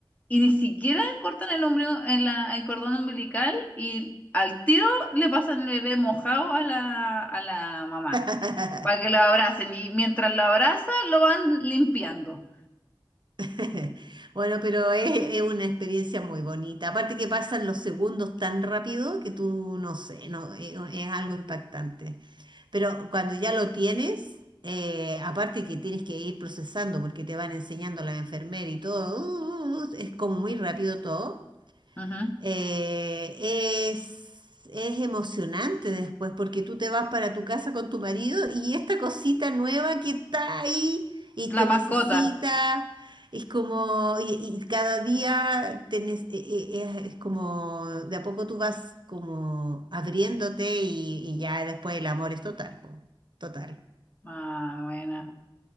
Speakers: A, on the left; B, on the right.
A: y ni siquiera cortan el, ombligo- en la- el cordón umbilical y al tiro le pasan el bebé mojado a la, a la mamá
B: <laughs>
A: para que lo abracen. Y mientras lo abrazan, lo van limpiando.
B: <laughs> Bueno, pero es, es una experiencia muy bonita. Aparte que pasan los segundos tan rápido que tú no sé, no, es, es algo impactante. Pero cuando ya lo tienes, eh, aparte que tienes que ir procesando porque te van enseñando la enfermera y todo, uh, uh, uh, es como muy rápido todo.
A: Ujú.
B: Eh, es, es emocionante después porque tú te vas para tu casa con tu marido y esta cosita nueva que está ahí y te
A: La mascota.
B: necesita, es como, y, y cada día te ne- e- e- es, es como, de a poco tú vas como abriéndote y, y ya después el amor es total, po, total.
A: Ah, bueno.